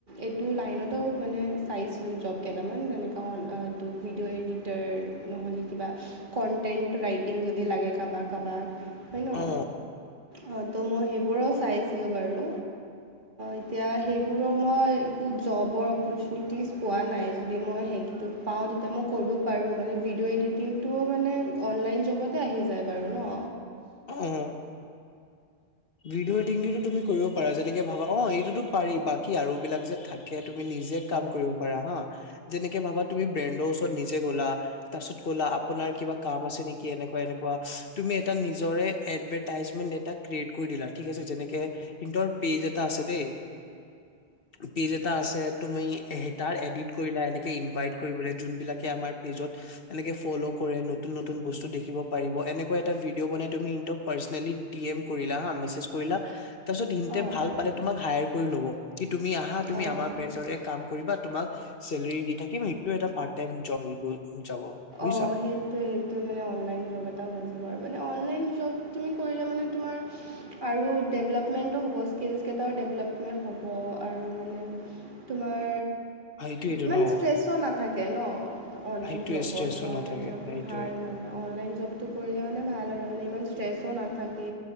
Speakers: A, on the right (about 50°); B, on the left (about 60°).
A: এইটো লাইনতো মানে চাইছিলোঁ জব কেইটামান যেনেকৈ <unintelligible> ত' ভিডিঅ' এডিটাৰ নহ'লে কিবা কণ্টেণ্ট ৰাইটিং যদি লাগে কাবাক-কাবাক। <unintelligible> হয় ন?
B: অ
A: অ, ত' মই সেইবোৰো চাইছিলো বাৰু। এতিয়া সেইবোৰৰ মই একো জবৰ অপৰ্চুনিটিজ পোৱা নাই। যদি মই পাওঁ তেতিয়া মই কৰিব পাৰোঁ। মানে, ভিডিঅ' এডিটিংটো মানে অনলাইন জবতে আহি যায় বাৰু ন?
B: অহ। ভিডিঅ' এডটিংটো তুমি কৰিব পাৰা যেনেকে ভাবা অ এইটোতো পাৰি বাকী আৰু বিলাক যে থাকে তুমি নিজে কাম কৰিব পাৰা হা, যেনেকে ভাবা তুমি ব্ৰেণ্ডৰ ওচৰত নিজে গ'লা, তাৰপিছত ক'লা আপোনাৰ কা কাম আছে নেকি এনে? এনেকুৱা তুমি এটা নিজ জৰে এদভাৰটাইচমেণ্ট এটা ক্ৰিয়েট কৰি দিলা ঠিক আছে, যেনেকে সিহঁতৰ পেজ এটা আছে দেই পেইজ এটা আছে। তুমি সেই তাৰ এডিত কৰিলা, এনেকে ইনভাইত কৰিবলে, যুনবিলকে আমাৰ পেইজত এনেকে ফলো কৰে নতুন নতুন বস্তু দেখিব পাৰিব, এনেকুৱা এটা ভিডিঅ' বনাই তুমি ইণ্টক পাৰ্চনেলী দি এম্ কৰিলা হা, মেছেজ কৰিলা। তাৰ পিছত ইন্তে
A: অঁ
B: ভাল
A: অঁ
B: পালে তোমাক হাইআৰ কৰি লব কি তুমি আহা তুমি
A: অঁ
B: আমাৰ ব্ৰেণ্ডটে কাম কৰিবা তোমাক চেলাৰী দি থাকিম হেইটো এটা পাৰ্ট টাইম জাব <unintelligible> যাব। বুজিছা
A: অ সেইটোই সেইটো মানে অনলাইন জব এটা হৈ যাব আৰু। মানে অনলাইন জব তুমি কৰিলে মানে তোমাৰ আৰু ডেভেলপমেণ্টটো হ'ব স্কিলছকেইটাও ডেভেলপমেণ্ট হ'ব আৰু মানে তোমাৰ
B: সেইটোয়েটো
A: ইমান
B: ন
A: ষ্ট্ৰেছো নাথাকে ন অনলাইন
B: সেইটোয়ে
A: জবত।
B: ষ্ট্ৰেছো
A: ত
B: নাথাকে
A: অনলাইন জব
B: সেইটোয়ে
A: ভাল মানে অনলাইন জব টো কৰিলে মানে ভাল আৰু মানে ইমান ষ্ট্ৰেছো নাথাকে